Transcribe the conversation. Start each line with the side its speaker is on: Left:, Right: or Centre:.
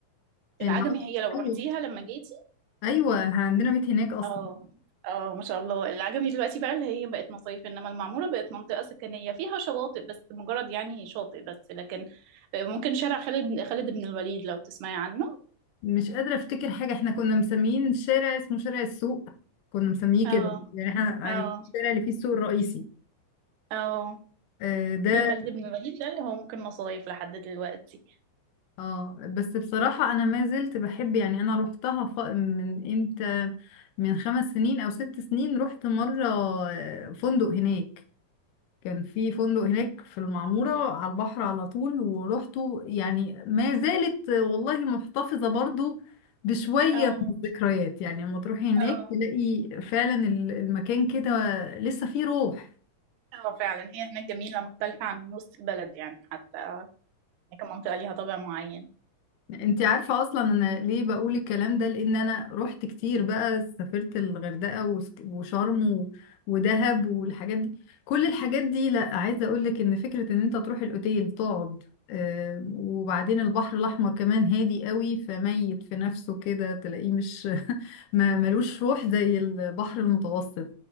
Left: العكس
Right: العجمي هي لو
Left: ايوه
Right: رحتيها لما جيت
Left: ايوه عندنا بيت هناك اصلا
Right: اه اه ما شاء الله العجمي دلوقتي بقى اللي هي بقت مصايف انما المعمورة بقت منطقة سكنية فيها شواطئ بس مجرد يعني شاطئ بس لكن ممكن شارع خالد بن خالد بن الوليد لو تسمعي عنه
Left: مش قادرة افتكر حاجة احنا كنا مسميين شارع اسمه شارع السوق كنا مسميه
Right: اه
Left: كده يعني احنا
Right: اه
Left: الشارع اللي فيه السوق الرئيسي
Right: اه
Left: آه، ده
Right: في خالد بن الوليد ده اللي هو ممكن مصايف لحد دلوقتي
Left: اه بس بصراحة أنا ما زلت بحب يعني أنا روحتها ف... من إمتى من خمس سنين أو ست سنين رحت مرة آه، فندق هناك كان في فندق هناك في المعمورة على البحر على طول ورحته يعني ما زالت آه، والله محتفظة برضو بشوية
Right: اه
Left: من الذكريات يعني لما تروحي هناك
Right: اه
Left: تلاقي فعلا ال- المكان كده لسه فيه روح
Right: اه فعلا هي هناك جميلة مختلفة عن وسط البلد يعني حتى هناك منطقة ليها طابع معين
Left: انت عارفة اصلا انا ليه بقول الكلام ده لان انا رحت كتير بقى سافرت الغردقة وسك- وشرم و- ودهب والحاجات دي كل الحاجات دي لا عايزة اقولك ان فكرة ان انت تروح الاوتيل تقعد آه، وبعدين البحر الاحمر كمان هادي قوي فميت في نفسه كده تلاقيه مش <laughs> ما ملوش روح زي البحر المتوسط